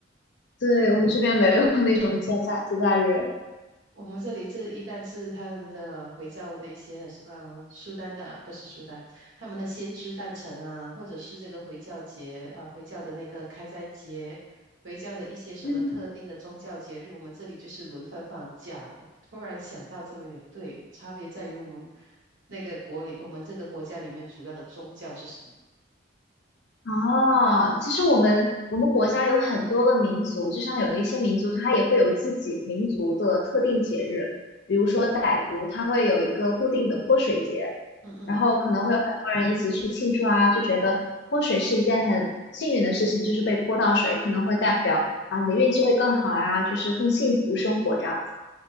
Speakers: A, on the left; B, on the right.
A: 对，我们这边没有那种节假节假日。
B: 我们这里这一旦是他们的回教的一些什么苏丹的啊，不是苏丹，他们的先知诞辰啊，或者是这个回教节啊，回教的那个开斋节，回教的一些什么特定的宗教节日，
A: 嗯。
B: 我们这里就是轮番放假的。突然想到这么一点，对，差别在于我们那个国里，我们这个国家里面主要的宗教是什么？
A: 哦，其实我们我们国家有很多个民族，就像有一些民族，它也会有自己民族的特定节日，比如说傣族，它会有一个固定的泼水节，
B: 嗯嗯。
A: 然后可能会有很多人一起去庆祝啊，就觉得泼水是一件很幸运的事情，就是被泼到水，可能会代表啊你的运气会更好啊，就是更幸福生活这样子。